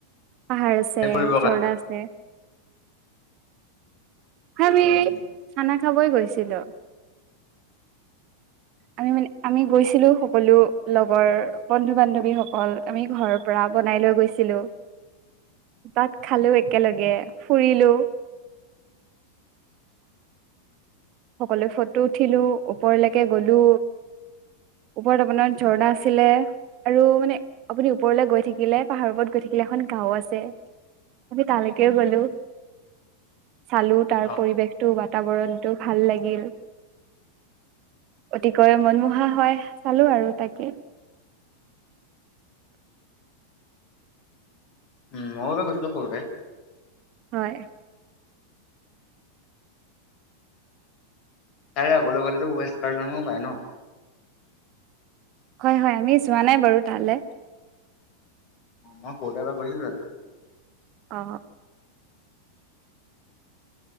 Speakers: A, on the right; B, on the left.
A: পাহাৰ আছে,
B: এনে ফুৰিবৰ
A: ঝৰ্ণা
B: কাৰণে
A: আছে আমি
B: উম উম,
A: খানা খাবই গৈছিলো। আমি মানে আমি গৈছিলো সকলো লগৰ বন্ধু বান্ধৱীসকল আমি ঘৰৰ পৰা বনাই লৈ গৈছিলো
B: <unintelligible>
A: তাত খালো একেলগে ফুৰিলো। সকলোৱো ফটো উঠিলো ওপৰলৈকে গলো ওপৰত আপোনাৰ ঝৰ্ণা আছিলে আৰু মানে আপুনি ওপৰলৈ গৈ থাকিলে পাহাৰ ওপৰত গৈ থাকে। থিকিলা এখন গাওঁ আছে আমি তালৈকেও গলো। চালো তাৰ
B: অ
A: পৰিৱেশটো বাতাবৰণটো ভাল লাগিল। অতিকৈ মনমোহা হয় চালো আৰু তাকেই
B: <inaudible> উম মইটো গৈছিলো সৰুতে,
A: হয়
B: তাৰে আগলৈ আ গলেতো স্কাৰে পাই ন
A: হয় হয় আমি যোৱা নাই বাৰু তালে
B: মই সৰুতে এবাৰ গৈছিলো তাতে,
A: অ